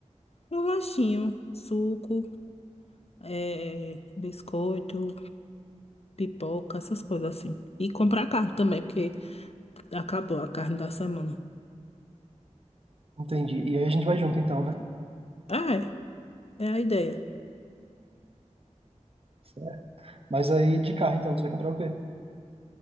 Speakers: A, on the left; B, on the right.
A: Um lanchinho, suco, eh, biscoito, pipoca, essas coisas assim. E comprar carne também, porque acabou a carne da semana.
B: Entendi. E aí a gente vai junto, então, né?
A: Ah, é. É a ideia.
B: Certo. Mas aí, de carro, então, tu vai comprar o quê?